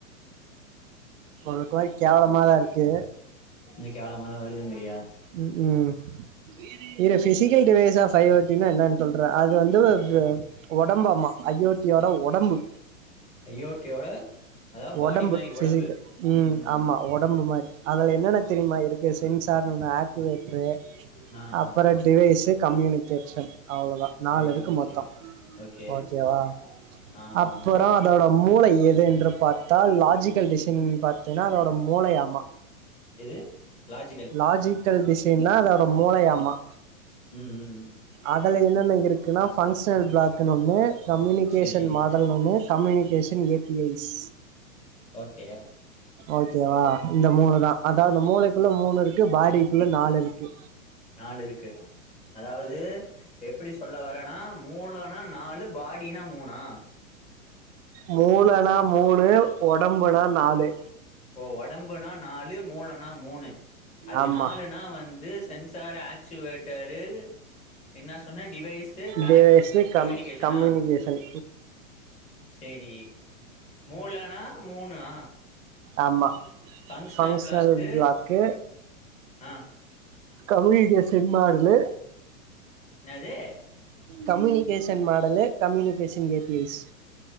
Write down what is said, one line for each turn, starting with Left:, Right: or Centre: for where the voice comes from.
Right: உங்களுக்கு மாரி கேவலமாதா இருக்கு
Left: இன்னைக்கி எவளோ மத வருதுங்கிறியா
Right: ம் ம் இரு பிசிக்கல் டிவைஸாஃப் பைவட்டின்னா என்னான்னு சொல்றா அது வந்து ஒடம்பாம்மா ஐயோத்தியோட ஒடம்பு
Left: அயோட்டியோட அதாவது பாடி
Right: ஒடம்பு
Left: மாரி
Right: ஃபிசிக்கு
Left: ஒடம்பு ம் ம்
Right: ஆமா
Left: ம்
Right: ஒடம்பு மாரி அதுல என்னென்ன தெரியுமா இருக்கு சென்ஸ் <unintelligible> இன்வெட்ர்ட்ரு
Left: ஆ
Right: அப்பற
Left: ஆ
Right: டிவைஸ்ஷு கம்யூனிகேஷன் அவ்லோதா
Left: சேரி
Right: நாலு இருக்கு
Left: ஓகே
Right: மொத்த
Left: ஓகே
Right: ஓகேவா
Left: ஆ
Right: அப்புறோ
Left: ஆ
Right: அதோட மூளயி என்று பார்த்தால் லாஜிக் டிசைனிங் பார்த்தேன்னா அதோட மூலயாம
Left: எது லாஜிக்கல்
Right: லாஜிடல் டிசைனா அதோட மூளயாம
Left: ம் ம் ம்
Right: அதுல என்னன்ன இருக்குன்னா பங்ஷ இன்டர்னல் பிளாக்குனு ஒன்னு கம்யூனிகேஷன்
Left: சேரி
Right: மாடல்னு ஒன்னு communication A P Is
Left: okay
Right: ஓகேவா இந்த மூணு தா அதாது இந்த மூலைக் குள்ள மூணுருக்கு பாடிக்குள்ள நாலு ருக்கு
Left: நாலு இருக்கு அதாவது எப்பிடி சொல்ல வரேன்னா மூலனா நாலு பாடினா மூனா
Right: மூள நா மூணு ஒடம்புனா நாலு
Left: ஓ ஒடம்புனா நாலு மூலனா மூனு அது
Right: ஆமா
Left: நாலுனா வந்து சென்சார் ஆக்ஸ்வேட்டரு என்ன சொன்ன டிவைஸு கனெக்ட்
Right: டிவய்சு கம்
Left: கம்யூனிகேஷனா
Right: கம்மினிகேஷன்
Left: செரி மூலனா மூணு மூனா
Right: ஆமா
Left: ஃபங்க்ஷனல்
Right: ஃபங்ஷனல்
Left: பிளாக்கு
Right: பிளாக்கு
Left: ஆ
Right: கம்யூனிகேஷன் மடலு
Left: என்னாது
Right: communication model communication A P Is